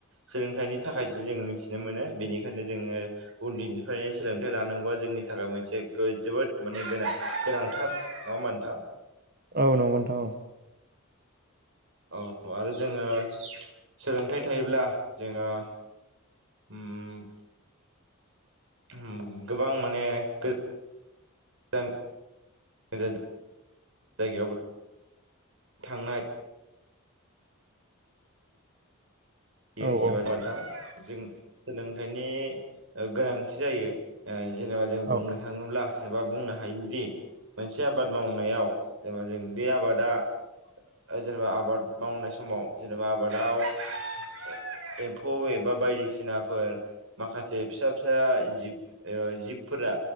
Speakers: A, on the right (about 65°); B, on the right (about 45°).
A: सोलोंथाइनि थाखायसो जों मिथिनो मोनो बेनिखायनो जोङो उन्दैनिफ्रायनो सोलोंथाइ लानांगौआ जोंनि थाखाय मोनसे गो जोबोद माने गोनां गोनांथार नङा होमबा नोंथां?
B: औ नंगौ नोंथां औ।
A: औ आरो जोङो सोलोंथाइ थायोब्ला जोङो उम उम गोबां माने गो आं मोजाजो जायगायावबो। थांनाय बियो
B: औ
A: एबा
B: औ
A: जान्था जों सोलोंथाइनि गोनांथि जायो। ओ जेनेबा जों बुंनो
B: औ
A: थाङोब्ला एबा बुंनो हायोदि मोनसे आबाद मावनायाव जेनबा जों बे आबादा ओ जेनेबा आबाद मावनाय समाव जेनेबा आबादाव ओ एम्फौ एबा बायदि सिनाफोर माखासे फिसा फिसा आ जिब ओ जिबफोरा